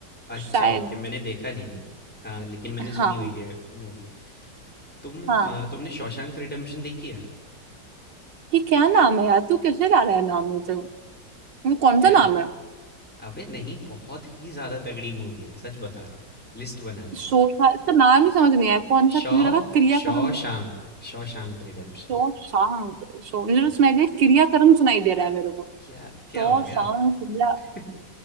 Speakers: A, in the centre; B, on the right (about 80°).
A: अच्छा
B: शायद
A: ओके मैंने देखा नहीं है हाँ लेकिन मैंने सुनी
B: हाँ
A: हुई है मूवी तुम
B: हाँ
A: आ, तुमने शॉशैंक रिडेम्पशन देखी है
B: ये क्या नाम है यार तू कैसे ला रहा है नाम ये जो ये कौन
A: क्या
B: सा नाम है
A: अबे नहीं बहुत ही ज्यादा तगड़ी मूवी है सच बता रहा हूँ लिस्ट बना ले
B: शोशांक इसका नाम ही समझ नहीं आया कौन सा
A: Shaw
B: मुझे लगा क्रियाकर्म
A: Shawshank Shawshank redemption
B: शोशांक शो मुझे
A: या
B: तो सुनाई दिया क्रियाकर्म सुनाई दे रहा है मेरे को
A: क्या क्या
B: शोशांक
A: हो गया
B: क्रिया
A: <laughs>